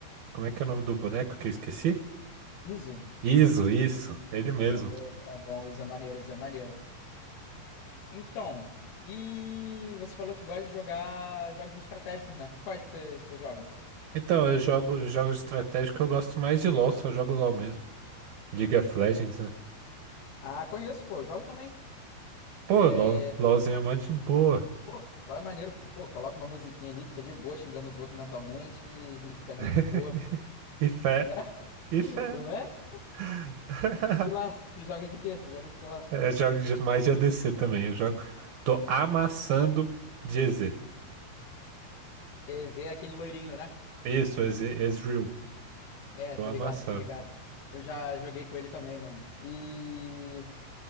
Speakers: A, on the right (about 70°); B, on the left (about 85°).
A: Como é que é o nome do boneco que eu esqueci?
B: Iso?
A: Iso, isso, ele mesmo.
B: Pô, Bom, bom, bom, Iso é maneiro, Iso é maneiro. Então, e você falou que gosta de jogar jogos estratégicos, né? Quais que você, você joga?
A: Então, eu jogo jogos de estratégia que eu gosto mais de LoL, só jogo LoL mesmo. League of Legends, né?
B: Ah, conheço, pô. Jogo também.
A: Pô,
B: É,
A: LoL, LoLzinho é mó de boa.
B: Pô, lá é maneiro, pô, pô, coloca uma musiquinha ali, fica de boa, xingando os outros mentalmente e, e fica ali
A: <laughs>
B: de boa,
A: E fé,
B: né? <laughs>
A: e fé.
B: Não é?
A: <laughs>
B: E lá, tu joga de quê? Tu joga de que lá?
A: Eu jogo de- mais de ADC também, eu jogo. Tô amassando de EZ.
B: É, Zé é aquele loirinho, né?
A: Isso, EZ, Ezreal.
B: É,
A: Tô
B: tô
A: amassando.
B: ligado, tô ligado. Eu já joguei com ele também, mano. E.